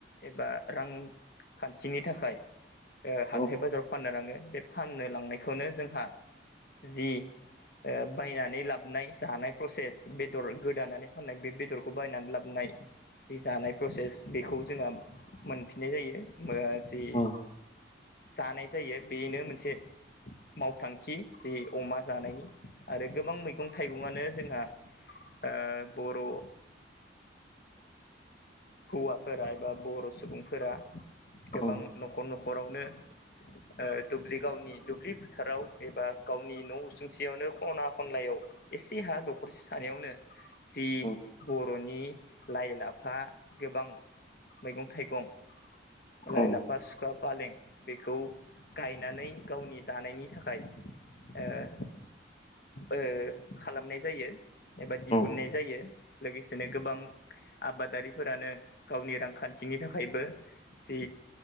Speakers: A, on the left; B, on the left.
A: एबा रांखान्थिनि थाखाय ओ हाथाय
B: औ
A: बाजाराव फाननो लाङो बे फाननो लांनायखौनो जोंहा जि ओ बायनानै लाबनाय जानाय प्रसेस बेदर गोदानानै फाननाय बे बेदरखौ बायनानै लाबोनाय जि जानाय प्रसेस बेखौ जोंहा मोनफिननाय जायो। मो जि
B: औ
A: जानाय जायो बेनो मोनसे मावथांखि जि अमा जानायनि आरो गोबां मैगं थाइगंआनो जोंहा ओ बर' ओ हौवाफोरा एबा बर' सुबुंफोरा गोबां
B: औ
A: न'खर न'खरावनो ओ दुब्लि गावनि दुब्लि फोथाराव एबा गावनि न' उसुंसेयावनो खना खनलायाव एसे हा दखरसे थानायावनो जि
B: औ
A: बर'नि लाइ लाफा गोबां मैगं थाइगं
B: औ
A: लाइ लाफा सुखा फालें बेखौ गायनानै गावनि जानायनि थाखाय ओ ओ खालामनाय जायो। एबा दिहुननाय
B: औ
A: जायो लोगोसेनो गोबां आबादारिफोरानो गावनि रांखान्थिनि थाखायबो जि